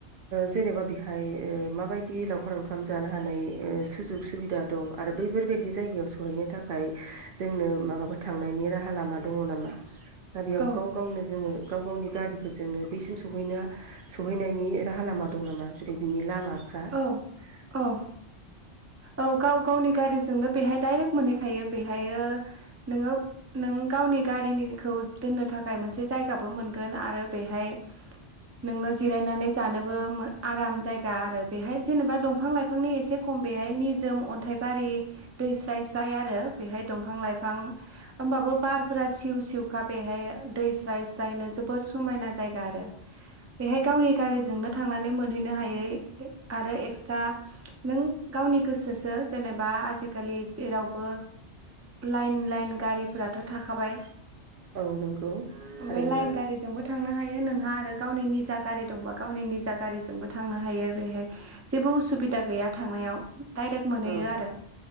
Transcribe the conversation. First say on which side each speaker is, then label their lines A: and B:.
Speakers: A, on the right; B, on the right.
A: जेनेबा बेहाय ओ माबायदि लावखार ओंखाम जानो हानाय ओ सुजुग सुबिदा दं आरो बैफोरबायदि जायगायाव सहैनो थाखाय जोंनो माबाफोर थांनायनि राहा लामा दङ नामा? दा बेयाव
B: औ
A: गाव गावनो जोङो गाव गावनि गारिफोरजोंनो बेसिम सौहैनो सौहैनायनि राहा लामा दं नामा जेरै बिनि लामा हा?
B: औ औ औ गाव गावनि गारिजोंनो बेहाय दाइरेक्ट मोनहैखायो बेहायो नोङो नों गावनि गारिनिखौ दोननो थाखाय मोनसे जायगाबो मोनगोन आरो बेहाय नोङो जिरायनानै जानोबो आराम जायगा आरो बेहाय जेनेबा दंफां लाइफांनि एसे खम बेहाय निजोम अन्थाइबारि दै स्राय साया आरो बेहाय दंफां लाइफां होमबाबो बारफोरा सिउ सिउखा बेहाय दै स्राय स्रायनो जोबोद समायना जायगा आरो बेहाय गावनि गारिजोंनो थांनानै मोनहैनो नो हायै आरो एक्सट्रा नों गावनि गोसोसो जेनेबा आजिखालि जेरावबो लाइन लाइन गारिफोराथ' थाखाबाय।
A: औ नंगौ थारैनो
B: बे लाइन गारिजोंबो थांनो हायो नोंहा आ आरो गावनि निजा गारि दंबा गावनि निजा गारिजोंबो थांनो हायो बेहाय जेबो उसुबिदा गैया। थांनायाव डाइरेक्ट मोनहैयो
A: औ
B: आरो